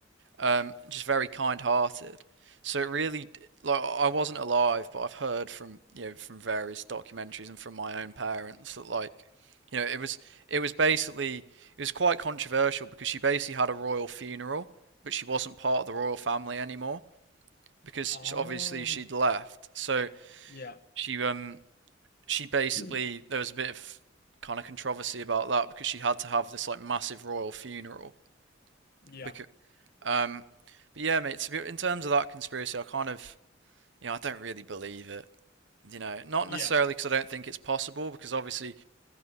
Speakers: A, on the right; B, on the left.
A: um, just very kind-hearted. So it really, like, I wasn't alive, but I've heard from you know from various documentaries and from my own parents that like, you know, it was it was basically it was quite controversial because she basically had a royal funeral, but she wasn't part of the royal family anymore because
B: Oh,
A: obviously she'd left. So
B: yeah,
A: she um she basically
B: Mm.
A: there was a bit of kind of controversy about that because she had to have this like massive royal funeral
B: yeah,
A: because um, but yeah, mate. So in terms of that conspiracy, I kind of, you know, I don't really believe it. You know, not
B: yeah,
A: necessarily because I don't think it's possible. Because obviously,